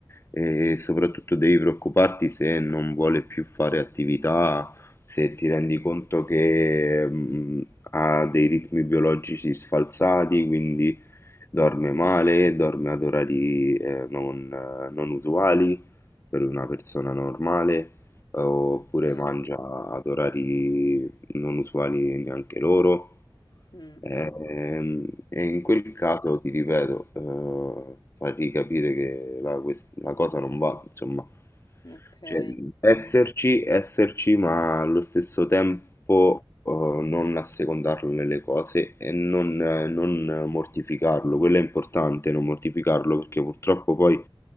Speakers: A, on the left; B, on the left.
A: e soprattutto devi preoccuparti se non vuole più fare attività, se ti rendi conto che mm, ha dei ritmi biologici sfalsati, quindi dorme male, dorme ad orari eh, non, eh, non usuali per una persona normale oppure
B: Ok.
A: mangia ad orari non usuali neanche loro.
B: Mm,
A: Ehm, E, in quel caso ti ripeto, eh, fargli capire che la, quest- la cosa non va, insomma,
B: ok.
A: cioè, esserci, esserci, ma allo stesso tempo eh, non assecondarlo nelle cose e non, eh, non mortificarlo. Quello è importante, non mortificarlo, perché purtroppo poi